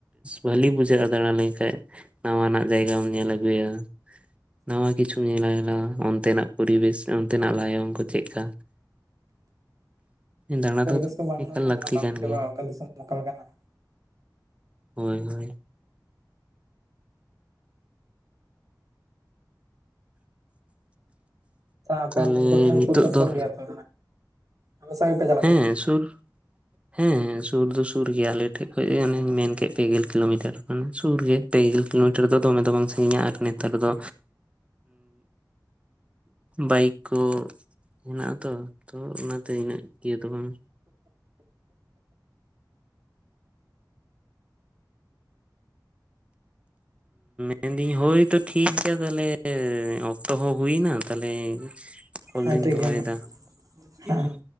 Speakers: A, on the right; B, on the right.
A: ᱵᱷᱟᱞᱤ ᱵᱩᱡᱷᱟᱹᱜᱼᱟ ᱫᱟᱲᱟ ᱞᱮᱠᱷᱟᱡ ᱱᱟᱣᱟᱱᱟᱜ ᱡᱟᱭᱜᱟᱢ ᱧᱮᱞ ᱟᱹᱜᱩᱭᱟ ᱱᱟᱣᱟ ᱠᱤᱪᱷᱩ ᱧᱮᱞ ᱞᱮᱜᱟᱭᱟ ᱚᱱᱛᱮᱱᱟᱜ ᱯᱚᱨᱤᱵᱮᱥ ᱚᱱᱛᱮᱱᱟᱜ ᱞᱟᱭᱚᱝ ᱠᱚ ᱪᱮᱫᱠᱟ ᱫᱟᱬᱟ
B: ᱯᱚᱨᱤᱵᱮᱥ
A: ᱫᱚ
B: ᱠᱚ ᱵᱟᱝ
A: ᱮᱠᱟᱞ
B: ᱧᱮᱞ ᱞᱮᱠᱷᱟᱱ
A: ᱞᱟᱹᱠᱛᱤ
B: ᱵᱟᱝ
A: ᱠᱟᱱ
B: ᱵᱩᱡᱷᱟᱹᱜᱼᱟ
A: ᱜᱮᱭᱟ
B: ᱚᱠᱟ ᱫᱤᱥᱚᱢ ᱚᱠᱟ ᱞᱮᱠᱟᱱᱟ
A: ᱦᱳᱭ ᱦᱳᱭ
B: ᱟᱯᱮ
A: ᱛᱟᱦᱚᱞᱮ
B: ᱚᱱᱟ
A: ᱱᱤᱛᱚᱜ
B: ᱠᱚ ᱫᱚᱥᱚᱨ
A: ᱫᱚ
B: ᱜᱮᱭᱟᱯᱮ ᱟᱮ ᱥᱟᱸᱜ ᱜᱮᱯᱮ ᱪᱟᱞᱟᱜᱼᱟ <unintelligible>
A: ᱦᱮᱸ ᱥᱩᱨ ᱦᱮᱸ ᱥᱩᱨ ᱫᱚ ᱥᱩᱨ ᱜᱮᱭᱟ ᱟᱞᱮ ᱴᱷᱮᱡ ᱠᱷᱚᱱᱚᱡ ᱟᱱᱮᱧ ᱢᱮᱱ ᱠᱮᱫ ᱯᱮᱜᱮᱞ ᱠᱤᱞᱳᱢᱤᱴᱟᱨ ᱠᱟᱱᱟ ᱥᱩᱨ ᱜᱮ ᱯᱮᱜᱮᱞ ᱠᱤᱞᱳᱢᱤᱴᱟᱨ ᱫᱚ ᱫᱚᱢᱮ ᱫᱚ ᱵᱟᱝ ᱥᱟᱺᱜᱤᱧᱟ ᱟᱨ ᱱᱮᱛᱟᱨ ᱫᱚ ᱵᱟᱭᱤᱠ ᱠᱚ ᱦᱮᱱᱟᱜᱼᱟ ᱟᱛᱚ ᱛᱚ ᱚᱱᱟᱛᱮ ᱤᱱᱟᱹᱜ ᱤᱭᱟᱹ ᱫᱚ ᱵᱟᱝ ᱢᱮᱱᱫᱤᱹᱧ ᱦᱳᱭᱛᱚ ᱴᱷᱤᱠ ᱜᱮᱭᱟ ᱛᱟᱦᱚᱞᱮ ᱚᱠᱛᱚ ᱦᱚᱸ ᱦᱩᱭᱱᱟ ᱛᱟᱦᱚᱞᱮ ᱠᱚᱞ
B: ᱦᱮᱸ
A: ᱫᱩᱸᱡ
B: ᱴᱷᱤᱠ
A: ᱫᱚᱦᱚᱭᱮᱫᱟ
B: ᱜᱮᱭᱟ ᱢᱟ
A: <unintelligible>
B: ᱦᱮᱸ